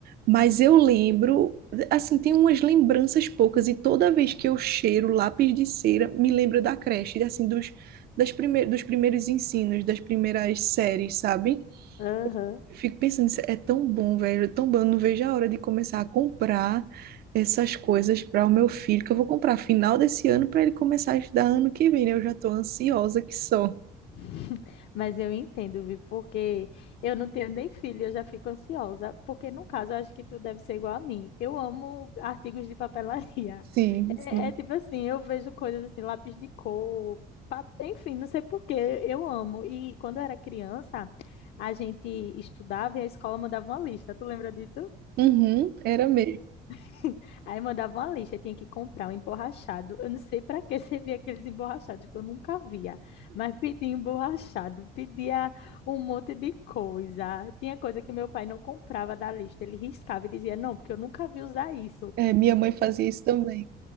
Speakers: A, on the right; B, on the left.
A: Mas eu lembro, assim, tem umas lembranças poucas. E toda vez que eu cheiro lápis de cera, me lembro da creche, assim, dos, das prime dos primeiros ensinos, das primeiras séries, sabe?
B: Aham.
A: Eu fico pensando, isso é tão bom, velho, é tão bom. Eu não vejo a hora de começar a comprar essas coisas para o meu filho, que eu vou comprar final desse ano para ele começar a estudar ano que vem, né? Eu já tô ansiosa que só.
B: <laughs> Mas eu entendo, Vi, porque eu não tenho nem filho, eu já fico ansiosa. Porque, no caso, eu acho que tu deve ser igual a mim. Eu amo artigos de papelaria.
A: Sim,
B: <laughs> É,
A: sim.
B: é tipo assim, eu vejo coisas assim, lápis de cor, pa- enfim, não sei por quê, eu amo. E quando eu era criança, a gente estudava e a escola mandava uma lista. Tu lembra disso?
A: Uhum, era mesmo.
B: <laughs> Aí mandava uma lista, tinha que comprar um emborrachado. Eu não sei para que <laughs> servia aqueles emborrachados que eu nunca via, mas pedia emborrachado, pedia um monte de coisa. Tinha coisa que meu pai não comprava da lista, ele riscava e dizia: Não, porque eu nunca vi usar isso.
A: É, minha mãe fazia isso também.